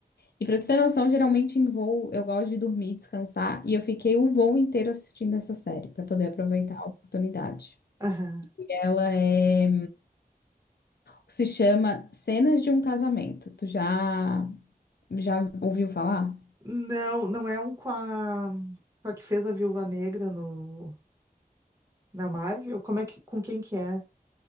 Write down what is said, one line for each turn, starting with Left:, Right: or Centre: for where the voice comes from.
Left: E pra tu ter noção, geralmente em voo eu gosto de dormir, descansar, e eu fiquei o voo inteiro assistindo essa série pra poder aproveitar a oportunidade.
Right: Aham.
Left: Ela é, se chama Cenas de um Casamento. Tu já já ouviu falar?
Right: Não, não é um com a, com a que fez a Viúva Negra no Na Marvel? Como é que, com quem que é?